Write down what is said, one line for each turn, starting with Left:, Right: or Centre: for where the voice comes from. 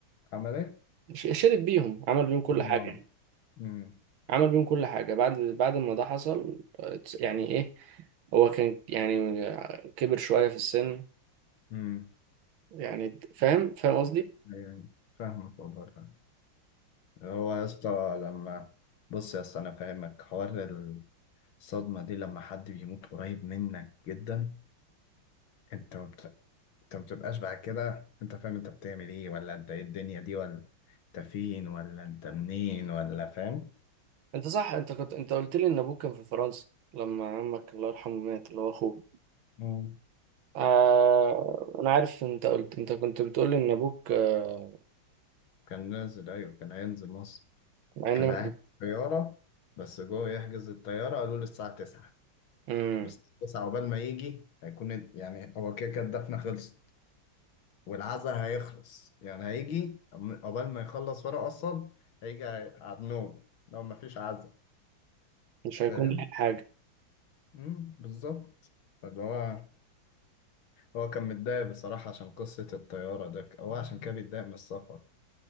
Left: عمل إيه؟
Right: ش- شرب بيهم عمل بيهم كل
Left: آه
Right: حاجة
Left: أمم
Right: عمل بيهم كل حاجة بعد بعد ما ده حصل اتس- يعني ايه هو كان يعني كبر شوية في السن
Left: أمم
Right: يعني فاهم فاهم قصدي
Left: أيوه فاهمك والله فاهم هو يا اسطى لما بص يا اسطى أنا فاهمك حوار الصدمة دي لما حد بيموت قريب منك جدا أنت ما بت... أنت ما بتبقاش بعد كده أنت فاهم أنت بتعمل إيه ولا أنت إيه الدنيا دي ولا أنت فين ولا أنت منين ولا فاهم
Right: انت صح انت كنت انت قلت لي ان ابوك كان في فرنسا لما عمك الله يرحمه مات اللي هو اخوه
Left: مم.
Right: آه... انا عارف انت قلت انت كنت بتقول لي ان ابوك آه...
Left: كان نازل ايوه كان هينزل مصر
Right: مع ان
Left: كان قاعد في الطياره بس جوه يحجز الطياره قالوا له الساعه 9
Right: امم
Left: والساعه 9 عقبال ما يجي هيكون يعني هو كده كده الدفنه خلصت والعزاء هيخلص يعني هيجي عقبال ما يخلص ورق اصلا هيجي على النوم لو ما فيش عزاء
Right: مش
Left: فاهم
Right: هيكون لها حاجة
Left: مم، بالظبط فاللي هو هو كان متضايق بصراحه عشان قصه الطياره ده هو عشان كده بيتضايق من السفر